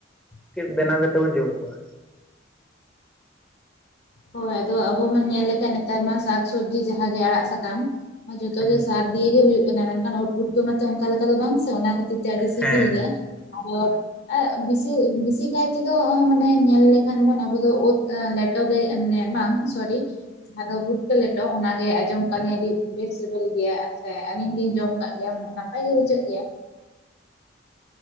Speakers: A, in the centre; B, on the left (about 55°).
A: ᱪᱮᱫ ᱵᱮᱱᱟᱣ ᱠᱟᱛᱮᱫ ᱵᱚᱱ, ᱡᱚᱢ ᱠᱚᱣᱟ ᱾
B: ᱦᱳᱭ, ᱟᱫᱚ, ᱟᱵᱚ ᱵᱚᱱ ᱧᱮᱞ ᱞᱮᱠᱷᱟᱱ, ᱱᱮᱛᱟᱨ ᱢᱟ, ᱥᱟᱠ ᱥᱚᱵᱽᱡᱤ ᱡᱟᱦᱟᱸᱜᱮ, ᱟᱲᱟᱜ ᱥᱟᱠᱟᱢ, ᱡᱚᱛᱚ
A: ᱦᱮᱸ
B: ᱜᱮ, ᱥᱟᱨ ᱫᱤᱭᱮ ᱜᱮ, ᱦᱩᱭᱩᱜᱜ ᱠᱟᱱᱟ, ᱢᱮᱱᱠᱷᱟᱱ, ᱩᱫ ᱯᱩᱴᱠᱟ ᱢᱟᱛᱚ, ᱚᱱᱠᱟ ᱞᱮᱠᱟ ᱫᱚ, ᱵᱟᱝ ᱥᱮ, ᱚᱱᱟ ᱫᱤ ᱛᱮ, ᱟᱹᱰᱤ ᱥᱤᱵᱤᱞ
A: ᱦᱮᱸ
B: ᱜᱮᱭᱟ ᱾ ᱟᱨᱚ, ᱟᱭᱮᱼᱮᱜ, ᱵᱤ ᱵᱮᱥᱤ ᱠᱟᱭ ᱛᱮᱫᱚ, ᱢᱟᱱᱮ ᱧᱮᱞ ᱞᱮᱠᱷᱟᱱ ᱵᱚᱱ, ᱟᱵᱚ ᱫᱚ, ᱩᱫ ᱞᱮᱴᱚ‌, ᱞᱟᱹᱭ ᱮᱜᱼᱟ ᱢᱟᱱᱮ, ᱵᱟᱝ! ᱥᱚᱨᱤ, ᱡᱟᱦᱟᱸ ᱫᱚ ᱵᱩᱴᱠᱟᱹ ᱞᱮᱴᱚ, ᱚᱱᱟᱜᱮ ᱟᱸᱡᱚᱢ ᱟᱠᱟᱫ
A: ᱦᱮᱸ
B: ᱞᱤᱧ, ᱟᱹᱰᱤ ᱵᱮᱥ ᱥᱮᱵᱮᱞ ᱜᱮᱭᱟ, ᱟᱪᱪᱷᱟ! ᱟᱹᱞᱤᱧ ᱞᱤᱧ ᱡᱚᱢ ᱠᱟᱜ ᱜᱮᱭᱟ, ᱱᱟᱯᱟᱭ ᱜᱮ, ᱵᱩᱡᱷᱟᱹᱜ ᱜᱮᱭᱟ ᱾